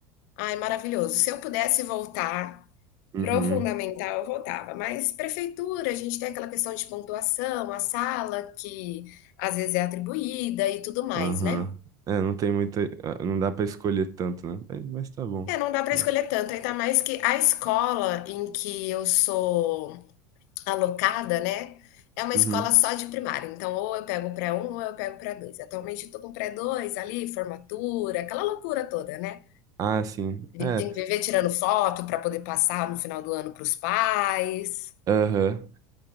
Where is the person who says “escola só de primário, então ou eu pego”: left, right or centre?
Left